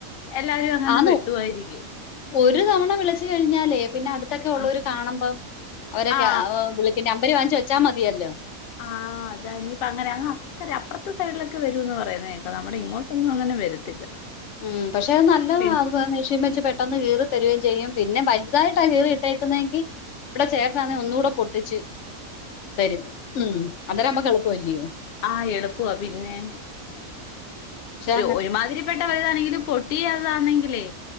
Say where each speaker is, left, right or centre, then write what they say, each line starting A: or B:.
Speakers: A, on the left (about 80°); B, on the left (about 60°).
A: എല്ലാരും അങ്ങനെ
B: ആന്ന്
A: വെട്ടുവായിരിക്കും.
B: ഒരു തവണ വിളിച്ചു കഴിഞ്ഞാലേ പിന്നെ അടുത്തൊക്കെ ഉള്ളവര്
A: ആ
B: കാണുമ്പം അവരൊക്കെ
A: ആ
B: വിളിക്കും നമ്പര് വാങ്ങിച്ച് വെച്ചാ മതിയല്ലോ
A: ആഹ് അതാ ഇനി പ അങ്ങനെ അങ്ങ് അക്കര അപ്പർത്തെ സൈഡിലൊക്കെ വരൂന്ന് പറയുന്നേക്ക നമ്മുടെ ഇങ്ങോട്ടൊന്നും അങ്ങനെ വരത്തില്ല.
B: ഉം പക്ഷെത് നല്ലതാ
A: പിന്നെ
B: അത് മെഷീൻ വെച്ച് പെട്ടെന്ന് കീറി തരുകയും ചെയ്യും. പിന്നെ വലുതായിട്ടാ കീറി ഇട്ടേക്കുന്നെങ്കി ഇവിടെ ചേട്ടനാന്നേ ഒന്നുടെ പൊട്ടിച്ച് തരും. ഉം അന്നേരം നമുക്ക് എളുപ്പല്ലയോ
A: ആഹ് എളുപ്പവാ പിന്നെ
B: പക്ഷെ അങ്ങ
A: ഒരു മാതിരിപ്പെട്ടാ വലുതാണെങ്കില് പൊട്ടിയതാണെങ്കിലെ